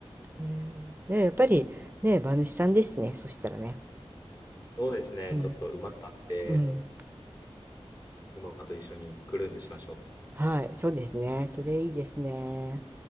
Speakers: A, on the right (about 20°); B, on the left (about 40°).
A: ねえねえやっぱりねえ馬主さんですね。そしたらね。
B: そうですね。
A: うん。
B: ちょっと馬買って、
A: うん。
B: 馬と一緒にクルーズしましょう。
A: はい。そうですね。それいいですね。